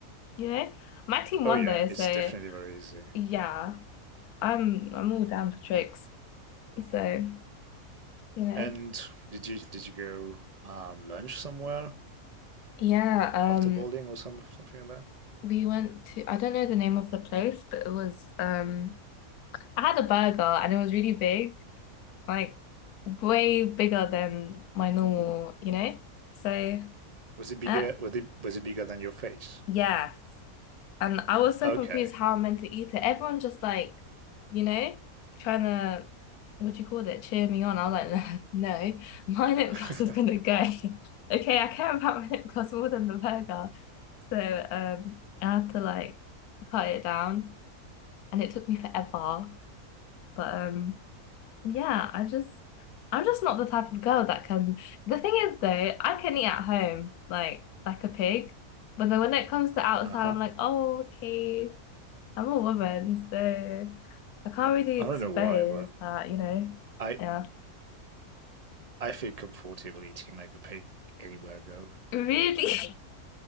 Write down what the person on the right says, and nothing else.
Oh yeah,
it's definitely very easy.
And did you did you go um lunch somewhere
after bowling or some something like that?
Was it bigger
was it was it bigger than your face?
Okay.
<laughs>
Uh-huh.
I
don't know why, but
I
I feel comfortable eating like a pig anywhere I go.